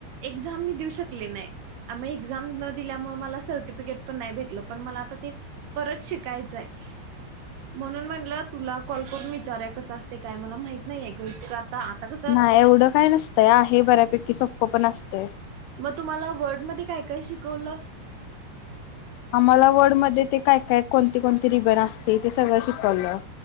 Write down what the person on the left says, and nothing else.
नाही एवढं काय नसतंय आहे बऱ्या पैकी सोप्प पण असतंय.
आम्हाला वर्ड मध्ये ते काय- काय कोणती- कोणती रिबन असती ते सगळं शिकवलं.